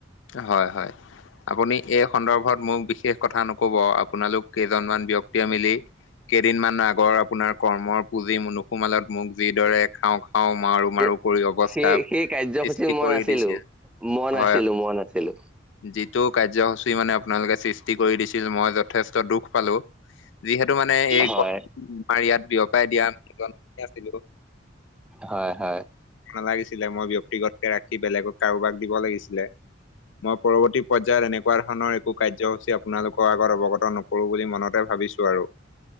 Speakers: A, on the left; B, in the centre.
A: হয়, হয়। আপুনি এই সন্দৰ্ভত মোক বিশেষ কথা নকব আপোনালোক কেইজনমান ব্য্ক্তিয়ে মিলি কেইদিনমানৰ আগৰ আপোনাৰ কৰ্মৰ পুঁজি নুসুমালত মোক যিদৰে খাওঁ খাওঁ মাৰো মাৰু
B: এ-
A: কৰি অৱস্থা
B: সেই
A: সৃষ্টি
B: সেই কাৰ্যসূচীত মই
A: কৰি
B: নাছিলো
A: দিছিল।
B: মই
A: হয়
B: নাছিলোঁ মই নাছিলোঁ।
A: যিটো কাৰ্যসূচী মানে আপোনালোকে সৃষ্টি কৰি দিছিল মই যথেষ্ট দুখ পালো। যিহেতু মানে এই
B: হয়
A: <unintelligible> আমাৰ ইয়াত বিয়পাই দিয়া মানুহ জন মইয়ে আছিলো।
B: হয়, হয়।
A: নালাগিছিলে। মই ব্যক্তিগতকে ৰাখি বেলেগক কাৰোবাক দিব লাগিছিলে। মই পৰৱৰ্তী পৰ্যায়ত এনেকুৱা ধৰণৰ একো কাৰ্যসূচী আপোনালোকৰ আগত অৱগত নকৰোঁ বুলি মনতে ভাবিছোঁ আৰু।